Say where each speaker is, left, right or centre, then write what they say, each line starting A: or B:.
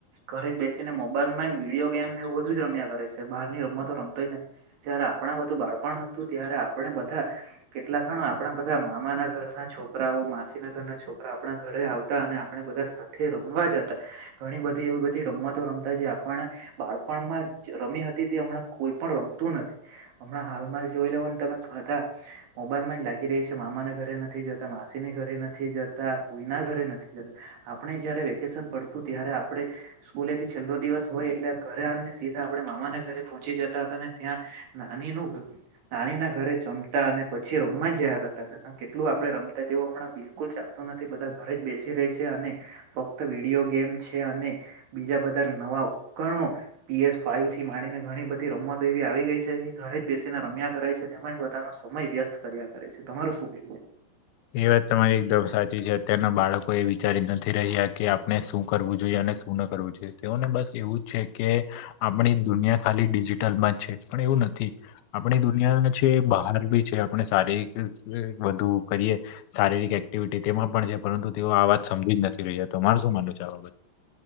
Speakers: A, on the right; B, on the left.
A: ઘરે જ બેસીને મોબાઈલમા જ વિડીયો ગેમને એવું બધું જ રમ્યા કરે છે, બહારની રમતો રમતો જ ન જયારે આપણા બધું બાળપણ હતું ત્યારે આપણે બધા કેટલા ખણ આપણા બધા મામાના ઘરના છોકરાઓ માસીના ઘરના છોકરા આપણા ઘ રે આવતા અને આપણે બધા સાથે રમવા જતા ઘણી બધી એવી બધી રમવાતો રમતા જે આપણ બાળપણમાં જ રમી હતી તે હમણાં કોઈ પણ રમતું નથી હમણાં હાલમાં જોઈ લેવા તમે હતા મોબાઈલમાં જ લાગી રે છે, મામાના ઘરે નથી જતા માસીને ઘરે નથી જતા ફુઈના ધરે નથી જતા આપણે જયારે વેકેશન પડતું ત્યારે આપડે સ્કૂલેથી છેલ્લો દિવસ હોય એટલે ઘરે આવીને સીધા આપણે મામાના ઘરે પહોંચી જતા હતા અને ત્યાં નાની નુ નાની ના ઘરે જમતા અને પછી રમાજ જયા કરતા હતા કેટલું આપણે રમતા તેવું હમણાં બિલકુલ ચાલતું નથી બધા ઘરે બેસી રહે છે, અને ફક્ત વિડીયો ગેમ છે, અને બીજા બધા નવા ઉપકરણો પીએસ ફાઈવ થી માંડીને ઘણી બધી રમતો એવી આવી ગઈ છે, ઘરે જ બેસીને રમ્યા કરાય છે, તેમાંજ બ ધાનો સમય વ્યસ્ત કર્યા કરે છે, તમારું શું કે?
B: એ વાત તમારી એકદમ સાચી છે અત્યારના બાળકો એ વિચારી નથી રહ્યા કે આપણે શું કરવું જોઈએ. અને સુ ન કરવુ જોયે તેઓને બસ એવું જ છે, કે આપણી દુનિયા ખાલી ડિજિટલમાં છે. એવું નથી આપણી દુનિયા છે, બહાર બી છે, આપણે સારી રીતે વધુ કરીએ શારીરિક એક્ટિવિટી તેમાં પણ છે, પરંતુ તેઓ આ વાત સમજી જ નથી રહ્યા તમાર શું માનવુ છે આ બાબત?